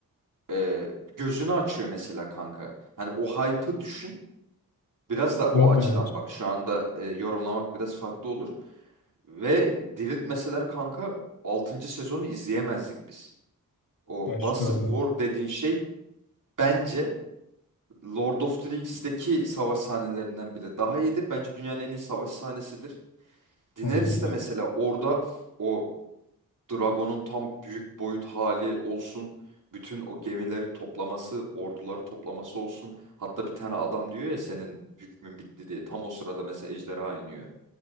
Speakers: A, on the right; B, on the left.
A: Ee, gözünü açıyor mesela kanka. Hani o hype'ı düşün. Biraz da o
B: Doğru
A: açıdan
B: evet.
A: bak. Şu anda e, yorumlamak biraz farklı olur. Ve diriltmeseler kanka altıncı sezonu izleyemezdik biz. O
B: Baş
A: Bastard
B: doğru.
A: War dediğin şey bence Lord of the Rings'teki savaş sahnelerinden bile daha iyidir. Bence dünyanın en iyi savaş sahnesidir. Daenerys
B: Olabilir.
A: de mesela orada o Dragon'un tam büyük boyut hali olsun. Bütün o gemileri toplaması, orduları toplaması olsun. Hatta bir tane adam diyor ya senin hükmün bitti diye. Tam o sırada mesela ejderha iniyor.